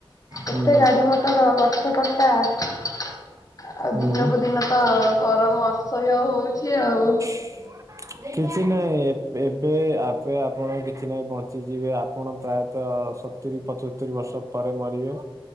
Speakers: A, on the right (about 30°); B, on the left (about 35°).
A: ହୁଁ
B: ଏତେ ଗାଡି ମଟର, ଗଛ କଟା ଆଉ
A: ହୁଁ।
B: ଦିନକୁ ଦିନ ତ ଗରମ ଅସହ୍ୟ ହଉଛି। ଆଉ।
A: <inaudible> କିଛି ନାହିଁ ଏବେ ଏବେ ଆପଣ କିଛି ନାହିଁ ବଞ୍ଚିଯିବେ ଆପଣ ପ୍ରାୟତଃ ସତୁରିୀ ପଞ୍ଚସ୍ତରୀ ବର୍ଷ ପରେ ମରିବେ।